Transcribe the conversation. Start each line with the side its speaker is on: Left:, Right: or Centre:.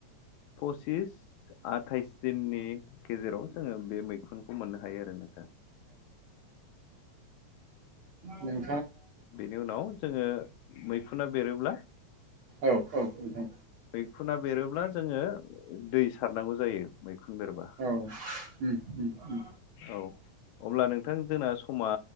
Left: फसिस आथाइस दिननि गेजेराव जोङो बे मैखुनखौ मोननो हायो आरो नोथां।
Right: नों
Left: बेनि उनाव जोङो मैखुना बेरोब्ला
Right: औ औ नोंथां
Left: मैखुना बेरोब्ला जोङो दै सारनांगौ जायो मैखुन बेरबा।
Right: औ उम उम उम
Left: औ अब्ला नोंथां जोंना समा